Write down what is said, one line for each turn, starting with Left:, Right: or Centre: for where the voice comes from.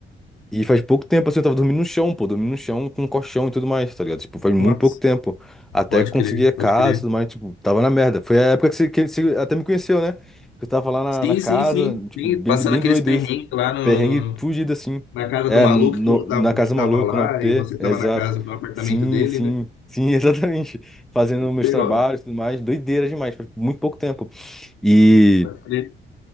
Centre: E faz pouco tempo, assim, eu tava dormindo no chão, pô, dormindo no chão com um colchão e tudo mais, tá ligado? Tipo, faz muito
Left: Nossa,
Centre: pouco tempo. Até
Left: pode
Centre: conseguir
Left: crer,
Centre: a casa
Left: pode crer.
Centre: e tudo mais, tipo, tava na merda. Foi a época que você, que você até me conheceu, né? Que eu tava lá na,
Left: Sim,
Centre: na casa,
Left: sim, sim,
Centre: tipo,
Left: sim.
Centre: bem,
Left: Passando
Centre: do- bem
Left: aqueles
Centre: doido
Left: perrengues
Centre: isso.
Left: lá no,
Centre: Perrengue
Left: no-
Centre: fugido, assim.
Left: na casa
Centre: É,
Left: do maluco
Centre: no,
Left: que não tava,
Centre: na
Left: não
Centre: Casa
Left: tava
Centre: Maluco,
Left: lá
Centre: no AP,
Left: e você
Centre: é,
Left: tava
Centre: exato.
Left: na casa, no apartamento
Centre: Sim,
Left: dele,
Centre: sim,
Left: né?
Centre: sim, <laughs> exatamente. Fazendo meus
Left: Pior,
Centre: trabalhos e tudo mais, doideira demais, faz muito pouco tempo. E
Left: pode crer.